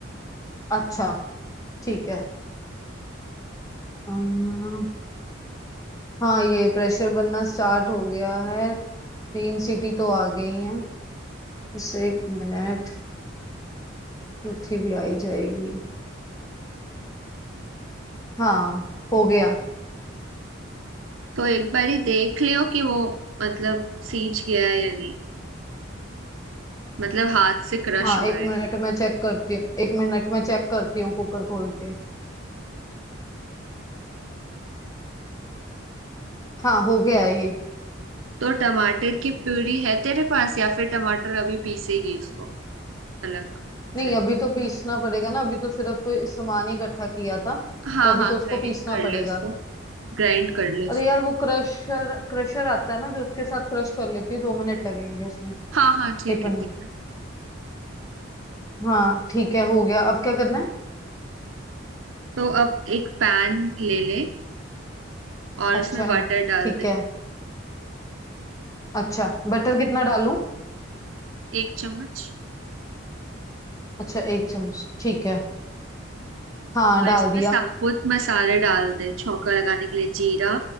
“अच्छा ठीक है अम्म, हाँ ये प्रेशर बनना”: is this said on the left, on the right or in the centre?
Left